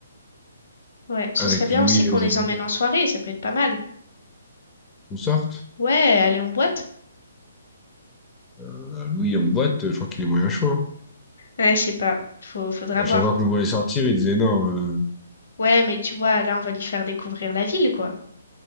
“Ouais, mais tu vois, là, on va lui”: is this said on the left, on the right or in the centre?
Left